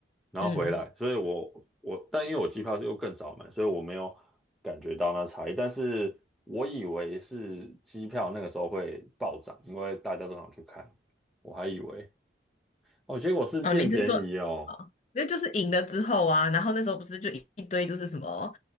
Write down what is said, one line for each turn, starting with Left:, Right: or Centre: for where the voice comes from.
Centre: 然后回来，
Left: 嗯，
Centre: 所以我我但因为我机票是又更早买，所以我没有感觉到那差异。但是我以为是机票那个时候会暴涨，因为大家都想去看，我还以为哦，结果是变便宜哦。
Left: 哦，你是说哦，那就是赢了之后啊，然后那时候不是就一一堆就是什么，